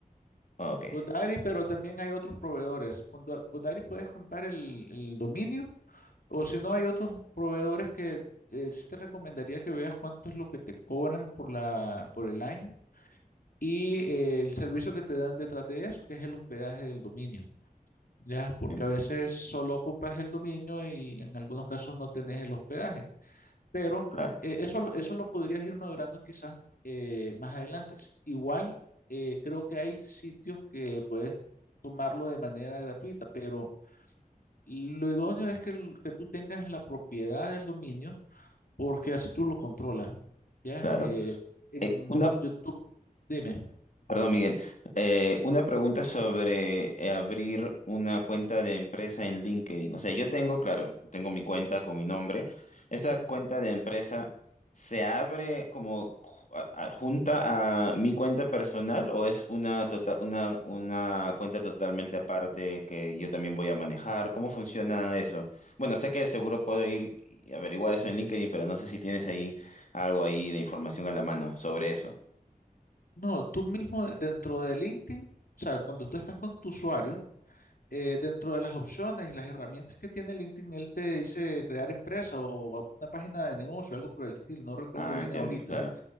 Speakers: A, on the left; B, on the left.
A: Ah, ok,
B: GoDaddy, pero también hay otros proveedores. Con Do- GoDaddy puedes comprar el, el dominio o si no, hay otros proveedores que eh, sí te recomendaría que veas cuánto es lo que te cobran por la, por el año y eh, el servicio que te dan detrás de eso, que es el hospedaje del dominio. ya, porque
A: Eh,
B: a veces solo compras el dominio y en algunos casos no tenés el hospedaje, pero
A: claro,
B: eh, eso, lo- eso lo podrías ir madurando quizás eh, más adelante. S- Igual eh, creo que hay sitios que puedes tomarlo de manera gratuita, pero lo idóneo es que, el- que tú tengas la propiedad del dominio porque así tú lo controlas, ya,
A: claro.
B: eh, en
A: Eh, una
B: YouTube, dime.
A: Perdón, Miguel. Eh, una pregunta sobre eh, abrir una cuenta de empresa en LinkedIn. O sea, yo tengo, claro, tengo mi cuenta con mi nombre. ¿Esa cuenta
B: Ujú.
A: de empresa se abre como ju- a- adjunta a mi cuenta personal o es una, tota- una, una cuenta totalmente aparte que yo también voy a manejar? ¿Cómo funciona eso? Bueno, sé que seguro puedo ir y averiguar eso en LinkedIn, pero no sé si tienes ahí algo ahí de información a la mano sobre eso.
B: No, tú mismo de- dentro de LinkedIn, o sea, cuando tú estás con tu usuario, eh, dentro de las opciones y las herramientas que tiene LinkedIn, él te dice crear empresa o o una página de negocio, algo por el estilo, no recuerdo
A: Ah,
B: bien
A: entiendo,
B: ahorita,
A: claro.